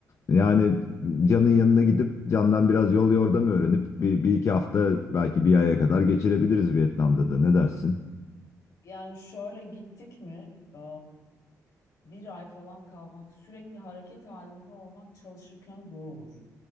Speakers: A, on the left (about 50°); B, on the left (about 70°).
A: Yani Can'ın yanına gidip Can'dan biraz yol yordam öğrenip bir, bir iki hafta belki bir aya kadar geçirebiliriz Vietnam'da da. Ne dersin?
B: Yani şöyle gittik mi eee, bir ay falan kalmak sürekli hareket halinde olmak çalışırken zor olur.